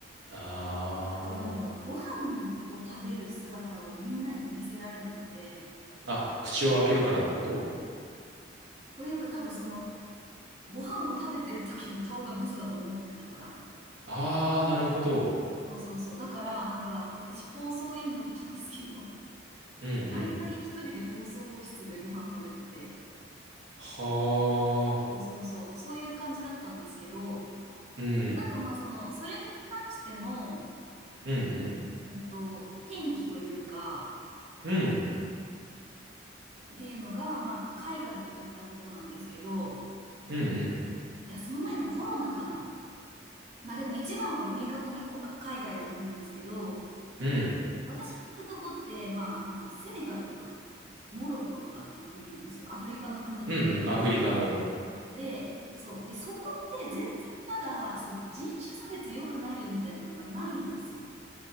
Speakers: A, on the right; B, on the right.
A: あ
B: あとなんだろう、ご飯を食べる姿をみんなに見せられなくて、
A: あ。あ、口を開けるからってこと
B: というか多分そのご飯を食べてる時の顔がブスだと思ってたから。
A: ああー、なるほど。
B: そうそうそう。だから、なんか、私、放送委員だったんですけど、<laughs>
A: うんうん
B: 毎回一人で放送室でご飯食べてて、
A: はあ、
B: そうそうそう、そういう感じだったんですけど、
A: うん、
B: なんかまあ、その、それに関しての、
A: うん、うん、
B: うんと、転機というか、
A: うん、
B: っていうのが、まあ、海外に行ったことなんですけど、
A: うん、うん、
B: いや、その前のコロナかな。まあでも一番は明確にこ海外だと思うんですけど、
A: うん、
B: 私の行くとこって、まあ、あの、セネガルとか、モロッコとかっていう国なんですよ。アフリカの国で。
A: うん、うんアフリカの、
B: で、そう。で、そこって全然まだ、その人種差別良くないよみたいなのがないんですよ。